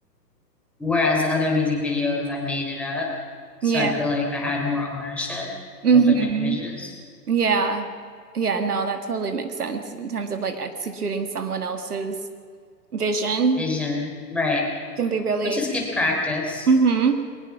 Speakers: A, in the centre; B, on the right.
A: Whereas other music videos, I made it up. So
B: Yeah.
A: I feel like I had more ownership
B: hmm
A: over the images,
B: Yeah. Yeah, no, that totally makes sense in terms of like executing someone else's vision
A: vision, right?
B: can be really
A: Which is good practice.
B: hmm